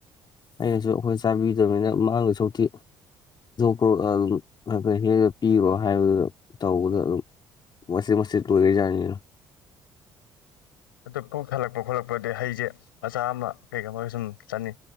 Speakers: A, on the left; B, on the left.
A: ꯑꯩꯅꯁꯨ ꯑꯩꯈꯣꯏ ꯆꯥꯕꯤꯗꯕꯅꯤꯅ ꯃꯥꯡꯗꯣꯏ ꯁꯔꯨꯛꯇꯤ ꯈ ꯑꯗꯨꯝ ꯈꯔ ꯈ ꯍꯦꯟꯅ ꯄꯤꯈ꯭ꯔꯣ ꯍꯥꯏꯕꯗꯨꯗ ꯇꯧꯕꯗ ꯑꯗꯨꯝ ꯃꯆꯤꯠ ꯃꯆꯤꯠ ꯂꯣꯏꯔ ꯖꯥꯠꯅꯤꯅ
B: ꯎꯝ ꯑꯗꯨ ꯄꯨꯛ ꯊꯥꯂꯛꯄ ꯈꯣꯠꯂꯛꯄꯗ ꯍꯩꯁꯦ ꯃꯆꯥ ꯑꯃ ꯀꯩꯒꯥ ꯑꯃꯒ ꯁꯨꯝ ꯆꯠꯅꯤ